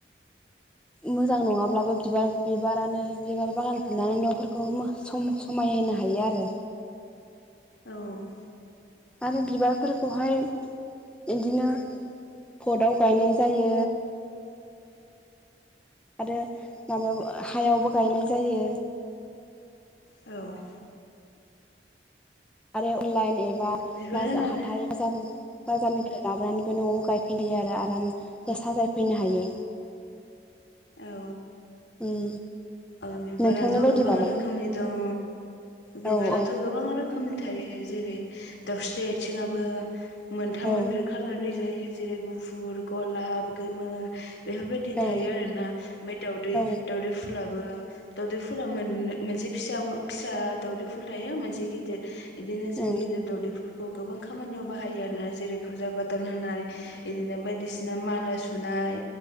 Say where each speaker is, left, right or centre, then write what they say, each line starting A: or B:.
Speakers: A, in the centre; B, on the left.
A: मोजां नङाब्लाबो बिबार बिबारानो बिबार बागान खालामनानै न'फोरखौ समायहोनो हायो आरो
B: औ
A: आरो बिबारफोरखौहाय बिदिनो फटआव गायनाय जायो आरो माबायाव हायावबो गायनाय जायो
B: औ
A: आरो अनलाइन एबा
B: बिबार
A: बाजार
B: होननानै
A: हाथाइ बाजारनिफ्राय लाबोनानैबो न'आव गायफैनो हायो आरो आराम साजायफैनो हायो
B: औ
A: उम
B: औ बिबाराथ'
A: नोंथांनि बायदिबालाय
B: गोबां रोखोमनि दङ बिबाराथ'
A: औ औ
B: गोबां रोखोम रोखोमनि थायो जेरै दाावस्रि आथिंआबो मोनथाम
A: औ
B: मोनब्रै खालारनि जायो जेरै गुफुर गलाप गोमो बेफोरबायदि
A: औ
B: थायो आरोना ओमफ्राय दाउदै
A: औ
B: दावदै फुलाबो दावदै फुला मोन मोनसे फिसा फिसा दावदै फुल थायो मोनसे गिदिर बिदिनो जों
A: औ
B: गिदिर दावदै फुलखौ गोबां खामानियाव बाहायो आरोना जेरै फुजा फाथाल होनाय बिदिनो बायदिसिना माला सुनाय